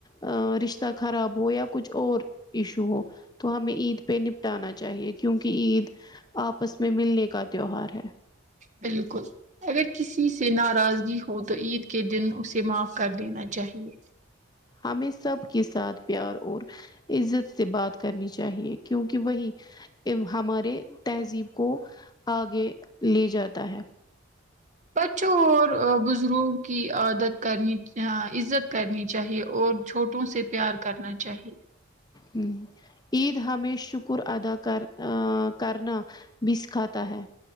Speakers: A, on the left; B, on the right.
A: ا رشتہ خراب ہو یا کچھ اور ایشو ہو تو ہمیں عید پہ نپٹانا چاہیے کیونکہ عید آپس میں ملنے کا تیوہار ہے
B: بالکل اگر کسی سے ناراضگی ہو تو عید کے دن اسے معاف کر دینا چاہیے
A: ہمیں سب کے ساتھ پیار اور عزت سے بات کرنی چاہیے کیونکہ وہی ہمارے تہذیب کو آگے لے جاتا ہے
B: بچوں اور بزرگوں کی عادت کرنی عزت کرنی چاہیے اور چھوٹوں سے پیار کرنا چاہیے
A: ہوں عید ہمیں شکر ادا کر کرنا بھی سکھاتا ہے